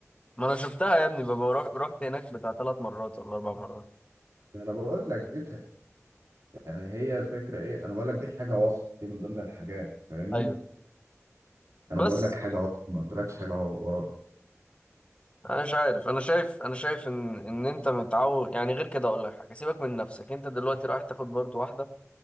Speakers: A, on the left (about 20°); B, on the right (about 80°).
A: ما انا شفتها يا ابني ببقى روح- رحت هناك بتاع ثلاث مرات ولا اربع مرات
B: انا بقول لك دي ت- يعني هي الفكره ايه انا بقول لك دي حاجه وسط دي من ضمن الحاجات فاهمني
A: ايوه
B: انا
A: بس
B: مم. بقول لك حاجه وسط ما قلتلكش حاجه و- و-
A: انا مش عارف انا شايف انا شايف ان ان انت متعود يعني غير كده اقول لك حاجه سيبك من نفسك انت دلوقتي رايح تاخد برضو واحده